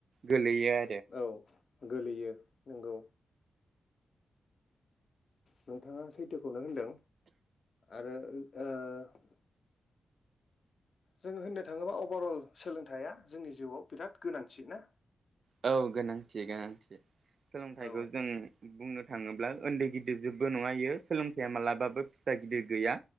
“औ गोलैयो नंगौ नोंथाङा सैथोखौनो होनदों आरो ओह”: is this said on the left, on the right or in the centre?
Left